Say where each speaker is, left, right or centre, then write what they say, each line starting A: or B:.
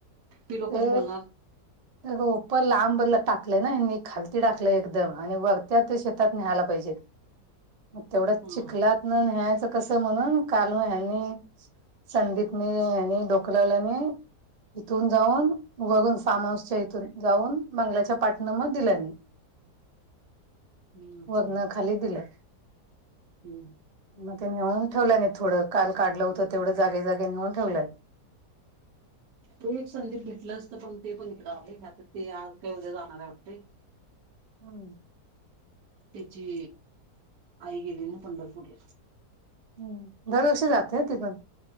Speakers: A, on the right; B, on the right.
A: ती लोकच
B: ते
A: बोलणार
B: ओप लांबरला टाकलंय ना यांनी खालती टाकलंय एकदम आणि वरती त्या ते शेतात नेहायला पाहिजेत मग तेवढा
A: हा
B: चिकलात.
A: हा
B: न नह्यायचं कस म्हणून काल म ह्यांनी संदीपने ह्यांनी डोक लावल्यानी इथून जाऊन वरून फार्म हाऊसच्या इथून जाऊन बंगल्याच्या पाठण म दिल्याने.
A: हम्म असं
B: वरण
A: हाय
B: खाली दिलं.
A: हम्म.
B: मग ते नेऊन ठेवलं नाही थोडं काल काढलं होतं तेवढ जागे जागे नेऊन ठेवलंय.
A: तो एक संदीप भेटलं असतं पण ते पण इकडं आलंय आता ते आज काय उद्या जाणार आहे वाटते.
B: हम्.
A: त्याची आई गेली ना पंढरपूरला.
B: हम्म दरवर्षी जाते ती पण.